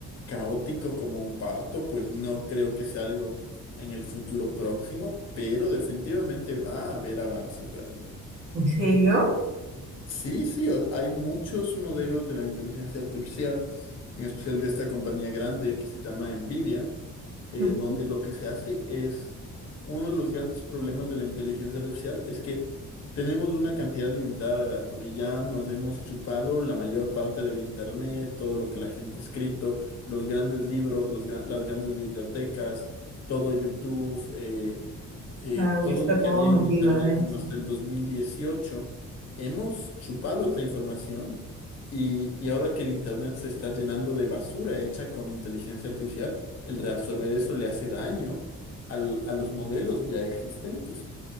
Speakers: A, on the left; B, on the right.
A: caótico como un parto, pues no creo que sea algo en el futuro próximo, pero definitivamente va a haber avances ahí.
B: ¿En serio?
A: Eh, Sí, sí, o- hay muchos modelos de la inteligencia artificial, en especial de esta compañía grande que se llama Nvidia, eh,
B: Ujú.
A: donde lo que se hace es, uno de los grandes problemas de la inteligencia artificial es que tenemos una cantidad limitada de datos y ya nos hemos chupado la mayor parte del internet, todo lo que la gente ha escrito, los grandes libros, los gra- las grandes bibliotecas, todo YouTube. eh, eh,
B: Claro,
A: todo
B: ya está
A: lo que
B: todo
A: había
B: metido
A: en el Internet
B: adentro.
A: como hasta el 2018 hemos chupado esa información y, y ahora que el Internet se está llenando de basura hecha con inteligencia artificial, el reabsorber eso le hace daño al- a los modelos ya existentes.